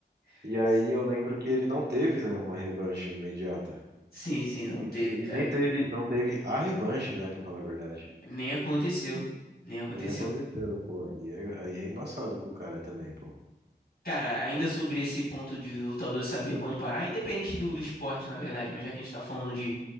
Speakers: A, on the left; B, on the right.
A: <laughs>
B: E aí eu lembro que ele não teve, né, uma revanche imediata.
A: Sim, sim, não
B: E,
A: teve,
B: e
A: cara.
B: nem teve, não teve a revanche, né, pra falar a verdade.
A: Nem aconteceu. Nem aconteceu.
B: Nem aconteceu, pô. Aí é, aí é embaçado com o cara também, pô.
A: Cara, ainda sobre esse ponto de lutador saber quando parar, independente do, do esporte, na verdade, mas já que a gente tá falando de,